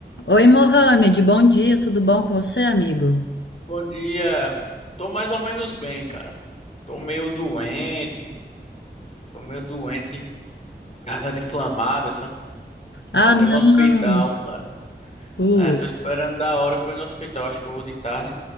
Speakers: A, on the left; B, on the left.
A: Oi, Mohamed, bom dia, tudo bom com você, amigo?
B: Bom dia. Tô mais ou menos bem, cara. Tô meio doente, tô meio doente, <laughs> garganta inflamada, sabe?
A: Ah,
B: Vou até
A: não,
B: no hospital, cara.
A: Pô,
B: É, tô esperando da hora pra ir no hospital. Acho que eu vou de tarde.